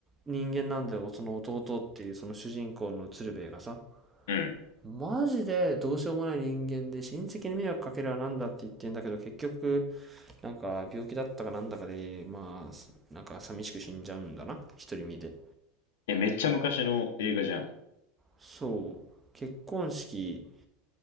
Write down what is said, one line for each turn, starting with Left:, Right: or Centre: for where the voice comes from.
Right: 人間なんだよ、その弟っていうその主人公の鶴瓶がさ。
Left: うん。
Right: マジでどうしようもない人間で親戚に迷惑かけるはなんだって言ってんだけど結局なんか病気だったかなんだかでまあなんか寂しく死んじゃうんだな独り身で
Left: え、めっちゃ昔の映画じゃん。
Right: そう結婚式